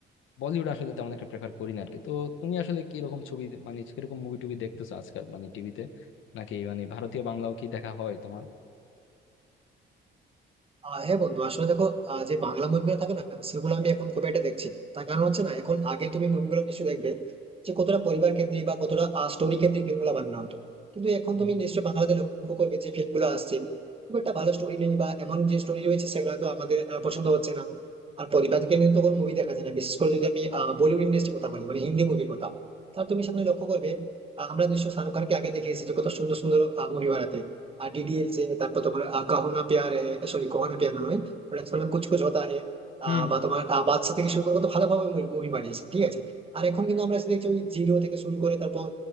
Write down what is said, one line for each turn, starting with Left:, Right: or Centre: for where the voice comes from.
Left: বলিউড আসলে তেমন একটা প্রেফার করি না আর কি তো তুমি আসলে কিরকম ছবি মানে কিরকম মুভি টুভি দেখতেছো আজকাল মানে টিভিতে নাকি মানে ভারতীয় বাংলাও কি দেখা হয় তোমার
Right: আহ হ্যাঁ বন্ধু আসলে দেখো আহ, যে বাংলা মুভিগুলো থাকে না সেগুলো আমি এখন খুব একটা দেখছি না তার কারণ হচ্ছে না এখন আগে তুমি মুভিগুলো নিশ্চয়ই দেখবে যে কতটা পরিবার কেন্দ্রিক বা কতটা স্টোরি কেন্দ্রিক ফিল্মগুলো বানানো হতো কিন্তু এখন
Left: হুম
Right: তুমি নিশ্চয়ই বাংলাতে লক্ষ্য করবে যে ফিল্মগুলো আসছে খুব একটা ভালো স্টোরি নেই বা এমন যে স্টোরি রয়েছে সেগুলো তো আমাদের আহ, পছন্দ হচ্ছে না আর পরিবারকে নিয়ে তো কোনো মুভি দেখা যায় না বিশেষ করে যদি আমি বলিউড ইন্ডাস্ট্রির কথা বলি মানে হিন্দি মুভির কথা তা তুমি সামনে লক্ষ্য করবে আহ, আমরা নিশ্চয়ই শাহরুখ খানকে আগে দেখে এসেছি যে কত সুন্দর সুন্দর মুভি বানাতে আর ডিডিএলজে তারপর তোমার আহ, কাহো না প্যার হে সরি কাহো না প্যার না নয় ওটা তোমার কুছ কুছ হোতা হে
Left: হুম
Right: আহ,
Left: হুম।
Right: বা তোমার আহ, বাদশা থেকে শুরু করে কত ভালোভাবে মুভি বানিয়েছে ঠিক আছে আর এখন কিন্তু আমরা এসে দেখছি ওই জিরো থেকে শুরু করে তারপর